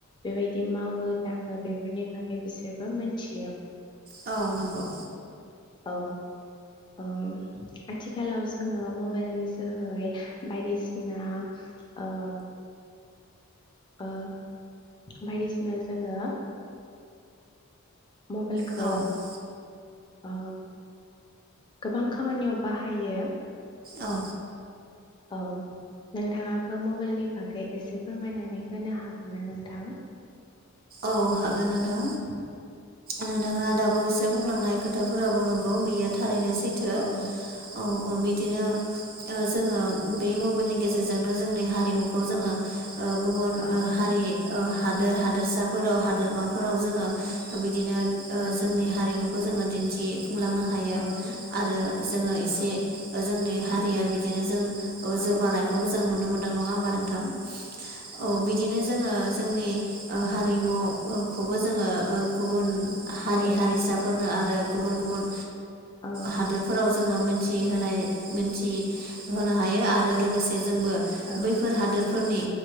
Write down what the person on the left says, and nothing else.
बेबायदि मावो दाङो बेफोरनि बागै बिसोरबो मोन्थियो।
औ उम। आथिखालाव जोङो मबाइलनि जोहै बायदिसिना ओ ओ बायदिसिना जोङो मबेइलखौ
ओ गोबां खामानियाव बाहायो।
औ, नोंथाङाबो मबाइलनि बागै एसे फोरमायनानै होनो हागोन ना नोंथां?
<unintelligible>
औ
औ
औ
औ
औ
औ
औ
औ
औ
औ
औ